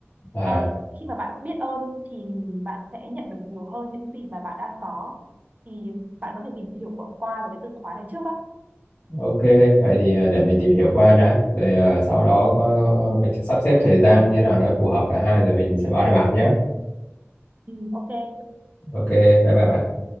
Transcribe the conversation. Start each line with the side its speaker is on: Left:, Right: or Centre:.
Left: À,
Right: Ờ, khi mà bạn biết ơn thì bạn sẽ nhận được nhiều hơn những gì mà bạn đang có. Thì bạn có thể tìm hiểu qua qua về cái từ khóa này trước á.
Left: ok vậy thì ờ, để mình tìm hiểu qua đã rồi ờ, sau đó có,
Right: Ừ.
Left: mình sẽ sắp xếp thời gian như thế nào đó phù hợp cả hai rồi mình sẽ báo lại bạn nhé
Right: ừ, ok
Left: ok bye bye bạn